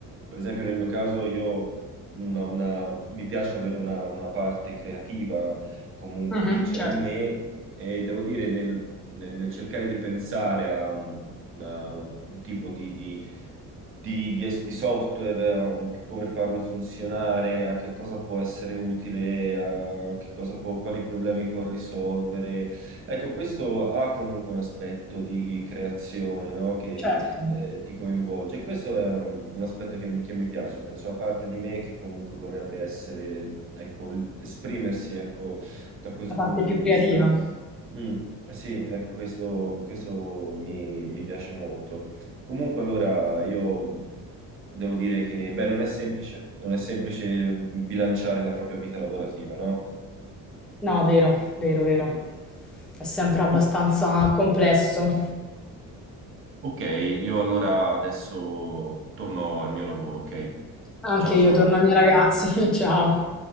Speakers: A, on the right; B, in the centre.
A: Per esempio, nel mio caso, io una- una- mi piace avere una, una parte creativa comunque
B: mhm.
A: che c'è
B: Certo,
A: in me e devo dire nel, nel- nel cercare di pensare a un, a un- un tipo di, di- di- di es- di software, a un- a come farlo funzionare, a che cosa può essere utile, a che cosa può- quali problemi può risolvere. Ecco, questo ha comunque un aspetto di creazione, no? eh,
B: certo,
A: ti coinvolge. Questo è un, un aspetto che, mi che mi piace, cioè, c'è una parte di me che comunque vorrebbe essere, ecco, l- esprimersi, ecco, da questo
B: la parte
A: punto
B: più
A: di vista.
B: creativa.
A: Mm, sì, ecco, questo, questo mi, mi piace molto. Comunque, allora, io devo dire che, beh, non è semplice, non è semplice bilanciare la propria vita lavorativa, no?
B: No, vero, vero, vero. È sempre abbastanza
A: O-
B: complesso.
A: ok, io allora adesso torno al mio lavoro, ok?
B: Anche
A: Ciao
B: io
A: ciao.
B: torno ai miei ragazzi, <laughs> ciao.